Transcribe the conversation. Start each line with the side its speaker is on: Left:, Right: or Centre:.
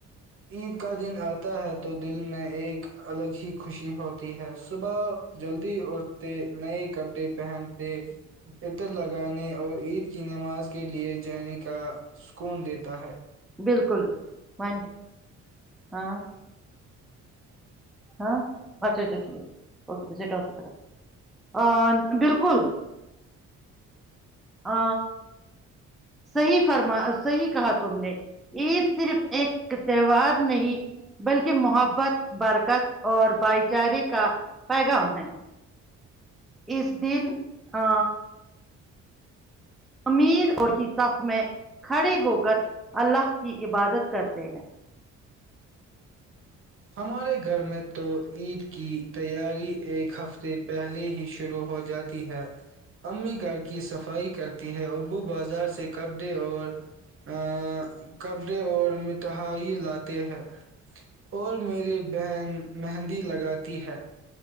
Right: عید کا دن آتا ہے تو دل میں ایک الگ ہی خوشی ہوتی ہے صبح جلدی اٹھتے نئے کپڑے پہنتے عطر لگانے اور عید کی نماز کے لیے جانے کا سکون دیتا ہے
Centre: بالکل ون ہاں ہاں اچھا اچھا ٹھیک ہےکےا طرا بالکل ا صیح فرما صحیح کہا تم نے عید صرف ایک تہوار نہیں بلکہ محبت برکت اور بھائی چارے کا پیغام ہے اس دن آ امیر اور کی صف میں کھڑے ہوک اللہ کی عبادت کرتے ہیں
Right: ہمارے گھر میں تو عید کی تیاری ایک ہفتے پہلے ہی شروع ہو جاتی ہے امی گھر کی صفائی کرتی ہے ابو بازار سے کپڑے اور ا کپڑے اور مٹھائی لاتے ہے اور میری بہن مہندی لگاتی ہے